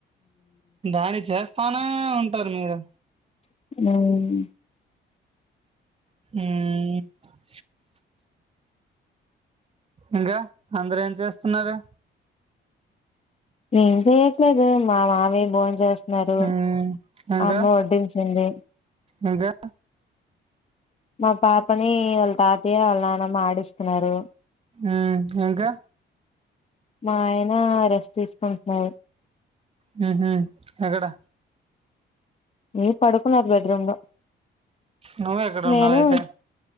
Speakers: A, on the right (about 30°); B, on the left (about 30°).
A: దాడి చేస్తానే ఉంటారు మీరు
B: మ్
A: మ్ ఇంకా అందరు ఏం చేస్తున్నారు
B: ఏం చెయట్లేదె మా మావయ్య బోంచేస్త నరు
A: ఉమ్ ఇంకా
B: అమ్మ వడ్డించింది
A: ఇంకా
B: మా పాపని వాళ్ళ తాతయ్య వాళ్ల నానమ్మ ఆడిస్తున్నారు
A: మ్ ఇంకా
B: మా ఆయన రెస్ట్ తీసుకుంటున్నారు
A: మ్ హ్మ్ ఎక్కడా
B: మీ పడుకున్నారు బెడ్రూమ్ లో
A: నువ్ ఎక్కడ
B: నేను
A: ఉన్నావ్ ఐతే